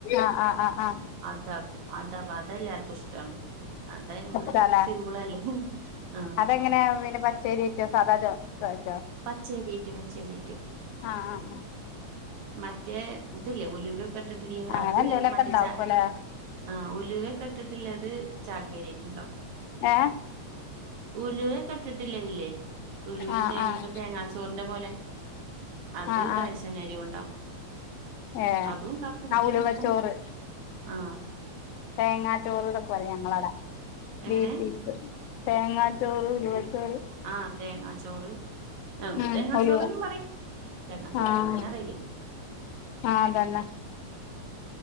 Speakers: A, on the left; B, on the right.
A: ആഹ് ആ ആഹ് ആ
B: അതാക്കും അതാക്കും അതാ എല്ലാർക്കും ഇഷ്ടം അതങ്ങെ
A: ഇഷ്ടാല്ലേ
B: സിമ്പിളല്ലേ ആഹ്
A: അതെങ്ങനെ പിന്നെ പച്ചരിറ്റോ സാധാ ജ <unintelligible>
B: പച്ചേരിറ്റ് പച്ചേരിറ്റ്
A: ആഹ് ആ ആ
B: മറ്റേ ഇതല്ലേ ഉലുകൊക്കെ ഇട്ടിട്ടില്ലേ
A: അങ്ങനെ
B: അത്
A: എന്തേലൊക്കെ
B: മറ്റേ
A: ഇണ്ടാക്കുല്ലേ
B: ചാ ആഹ് ഉലുവക്കെ ഇട്ടിട്ടില്ലേത് ചാക്കേരിട്ടുണ്ടാക്കും
A: ഏഹ്
B: ഉലുവേക്കിട്ടിട്ടില്ലേ ഇത്ല് ഉലുവേൻ
A: ആഹ്
B: തേങ്ങേംക
A: ആഹ്
B: തേങ്ങാച്ചോറിന്റെ പോലെ അത്
A: ആഹ് ആഹ്
B: റേശൻരി ഉണ്ടാക്കും
A: ഏഹ്
B: അത്ണ്ടാക്കും
A: ആഹ്
B: ഇത്ണ്ടാക്കും
A: ഉലുവച്ചോറ്
B: ആഹ്
A: തേങ്ങാറ്റോറ് ഇതൊക്കെ പറ ഞങ്ങളവിട
B: എങ്ങനെ
A: വീട്ടീക്ക് തേങ്ങാ ചോറ് ഉലുവച്ചോറ്
B: ആഹ തേങ്ങാച്ചോറ് ങ്ങ
A: ഉം
B: തേങ്ങാച്ചോറന്നും
A: ഉലുവ
B: പറയും തേങ്ങാ ചോറ്ന്ന്ന്നെ
A: ആഹ്
B: പറേയെല്
A: ആഹ് അതന്ന